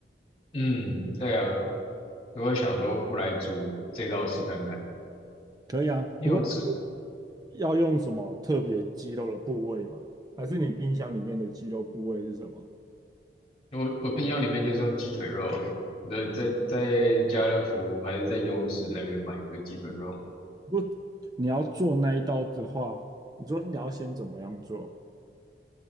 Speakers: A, on the left (about 35°); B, on the right (about 20°).
A: 嗯，对啊，我会想说我来煮这道试看看，
B: 可以啊。
A: 因为我吃
B: 不过要用什么特别鸡肉的部位吗？还是你冰箱里面的鸡肉部位是什么？
A: 我我冰箱里面就是用鸡腿肉而已，那在在家乐福还是在优势那边买的鸡腿肉。
B: 如果你要做那一道的话，你说你要先怎么样做？